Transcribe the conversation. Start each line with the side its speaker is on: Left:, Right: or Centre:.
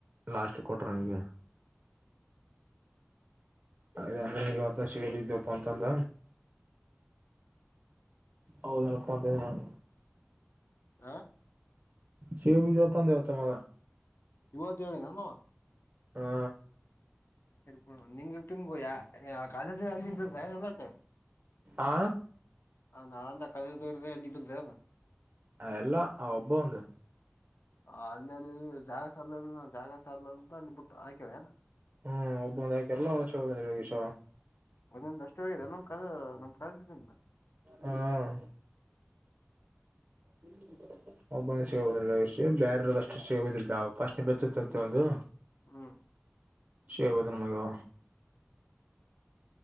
Right: ಲಾಸ್ಟ್ಗೆ ಕೊಟ್ಟಾರ ಹಿಂಗೆ ಅ ಅಂದ್ರೆಗ ಅವ ಸಿಗ ಬಿದ್ದಪ್ಪ ಅಂತಂದ ಹೌದ ಹ
Left: ಆ
Right: ಶಿವ ಬಿಜತಂದವತ ಮಾಗ
Left: ಇವತ್ ಹೇಳೇ ನಮ್ಮ
Right: ಹಾ
Left: ಹ ನೀ ಇ ಯ ಕಾಲೇಜ ಎಲ್ಲಟ
Right: ಆ
Left: ಹ ನಾಳಂದ ಕಾಲ ದೋರದ ಅಲ್ಲಿ ಬಂದೆ
Right: ಎಲ್ಲಾ ಅವ ಒಬ್ಬ ಒಂದು
Left: ಆ ಅಲ್ಲಿ ಅಲ್ಲಿ ಜಾಗ ಸಲ್ಲ ಜಾಗ ಸಲ್ಲದ ಅಲ್ಲಿ ಬಿಟ್ಟು ಹಾಕ್ಯವ
Right: ಹ್ಮ್ ಒಬ್ಬೊಂದ ಆ್ಕ ಎಲ್ಲ ವರ್ಷ ಹೋದನೆಗೀಷ
Left: ಒಂದೊಂದು ನಷ್ಟವೇ ನಮ್ ಕ ನಮ ಕಸನ
Right: ಹ್ಮ್ ಹ್ಮ್ ಒಬ್ಬಂದ ಸಿಗಬುದಿಲ್ಲ ಬೇರೆ ಅಷ್ಟು ಸಿಗಬೋದಿಲ್ಲ ಬಾವು ಪಾಶ್ನೆ ಬೆಚ್ಚುತ್ತಂತೆ ಒಂದು
Left: ಹ್ಮ
Right: ಶ ಬದ ಮಗುವ